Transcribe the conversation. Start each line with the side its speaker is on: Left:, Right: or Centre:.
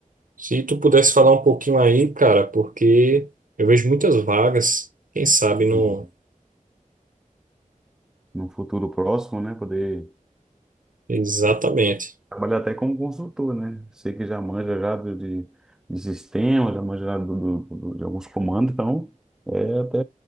Right: Se tu pudesse falar um pouquinho aí, cara, porque eu vejo muitas vagas, quem sabe não...
Centre: Uhum. No futuro próximo, né? Poder
Right: Exatamente.
Centre: trabalhar até como consultor, né? Sei que já manja já do- de, de sistema, já manja já do, do- do- de alguns comandos, então é até